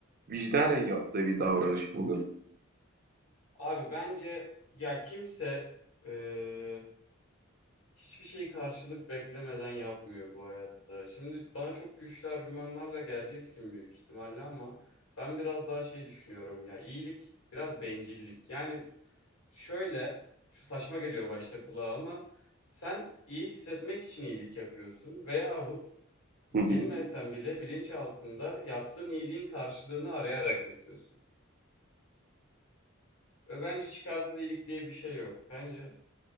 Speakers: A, on the right; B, on the left.
A: vicdanen yaptığı bir davranış mıdır?
B: Abi bence ya kimse e, hiçbir şeyi karşılık beklemeden yapmıyor bu hayatta. Şimdi bana çok güçlü argümanlarla geleceksin büyük ihtimalle ama ben biraz daha şey düşünüyorum ya. iyilik biraz bencillik. Yani Şöyle, şu saçma geliyor başta kulağa ama sen iyi hissetmek için iyilik yapıyorsun veyahut bilmesen
A: <laughs>
B: bile bilinçaltında yaptığın iyiliğin karşılığını arayarak yapıyorsun. Ve bence çıkarsız iyilik diye bir şey yok. Sence?